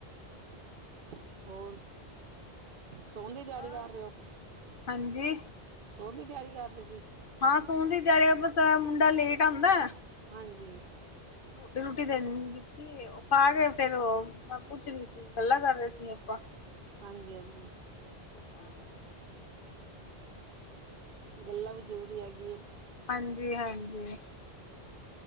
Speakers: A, on the right (about 50°); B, on the left (about 55°).
A: <unintelligible> ਹੋਰ, ਸੋਣ ਦੀ ਤਿਆਰੀ
B: ਬਸ
A: ਕਰ ਰਹੇ ਔ।
B: ਹਾਂਜੀ
A: ਸੋਨ ਦੀ ਤਿਆਰੀ ਕਰ ਰਹੇ ਸੀ।
B: ਹਾਂ, ਸੋਣ ਦੀ ਤਿਆਰੀ ਬਸ, ਮੁੰਡਾ ਲੇਟ ਆਂਦਾ
A: ਹਾਂਜੀ।
B: ਤੇ ਰੁਟੀ ਦੇਣ ਨ <unintelligible> ਖਾ ਕੇ ਫੇਰ ਉਹ, ਮੈਂ ਪੁੱਛ ਰਹੀ ਸੀ। ਗੱਲਾਂ ਕਰ ਰਹੇ ਸੀ ਆਪਾਂ।
A: ਹਾਂਜੀ, ਹਾਂਜੀ।
B: ਤੇ ਤਾਂ ਕਰਕੇ।
A: ਗੱਲਾਂ ਵੀ ਜ਼ਰੂਰੀ ਹੈਗੀ ਹੈ।
B: ਹਾਂਜੀ ਹਾਂਜੀ।